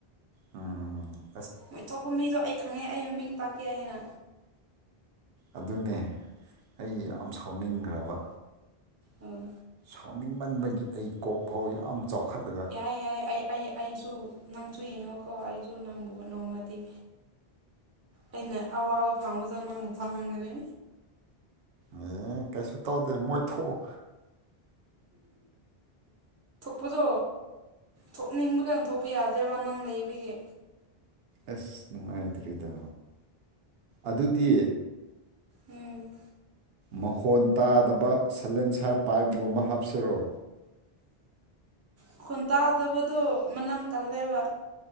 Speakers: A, on the right; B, on the right.
A: ꯑꯥ..
B: ꯃꯣꯢ ꯊꯣꯛꯄ ꯃꯤꯗꯣ ꯑꯩ ꯈꯪꯉꯦ ꯑꯩ ꯃꯃꯤꯡ ꯇꯥꯛꯀꯦ ꯍꯥꯢꯅ
A: ꯑꯗꯨꯅꯦ ꯑꯩ ꯌꯥꯝ ꯁꯥꯎꯅꯤꯡꯒ꯭ꯔꯕ
B: ꯑꯣ
A: ꯁꯥꯎꯅꯤꯡꯃꯟꯕꯒꯤ ꯑꯩ ꯀꯣꯛ ꯐꯥꯎ ꯌꯥꯝ ꯆꯥꯎꯈꯠꯂꯒ
B: ꯑꯩ ꯌꯥꯢ ꯑꯩ ꯑꯩ ꯑꯩꯁꯨ ꯅꯪꯁꯨ ꯌꯦꯡꯉꯣꯀꯣ ꯑꯩꯁꯨ ꯅꯪꯕꯨ ꯅꯣꯡꯃꯗꯤ ꯑꯩꯅ ꯑꯋꯥꯕ ꯐꯪꯕꯗ ꯅꯪꯕꯨ ꯐꯪꯍꯟꯒꯅꯤ
A: ꯑꯦ ꯀꯩꯁꯨ ꯇꯧꯗꯦ ꯃꯣꯢ ꯊꯣꯛꯎ
B: ꯄꯗꯣ ꯊꯣꯛꯅꯤꯡꯕꯒ ꯊꯣꯛꯄ ꯌꯥꯗ꯭ꯔꯦꯕ꯭ꯔ ꯅꯪ ꯂꯩꯕꯒꯤ
A: ꯑꯁ ꯅꯨꯡꯉꯥꯢꯇ꯭ꯔꯤꯗ ꯑꯗꯨꯗꯤ
B: ꯎꯝ
A: ꯃꯈꯣꯟ ꯇꯥꯗꯕ ꯁꯂꯦꯟꯁꯔ ꯄꯥꯢꯞꯒꯨꯝꯕ ꯍꯥꯞꯁꯤꯔꯣ
B: ꯃꯈꯣꯟꯇꯥꯗꯕꯗꯣ ꯃꯅꯝ ꯀꯜꯂꯦꯕ